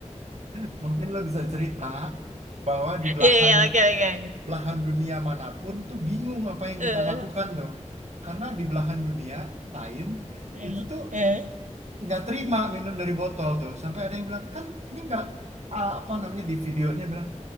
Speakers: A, on the right; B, on the right.
A: <laughs> mungkin lo bisa cerita bahwa di belahan
B: Iya, iya, oke, oke. oke.
A: belahan dunia manapun tuh bingung apa yang
B: Eh,
A: kita lakukan tuh. Karena di belahan dunia lain
B: eh,
A: itu tuh
B: eh,
A: nggak terima minum dari botol tuh sampai ada yang bilang kan ini nggak ah, apa namanya di videonya bilang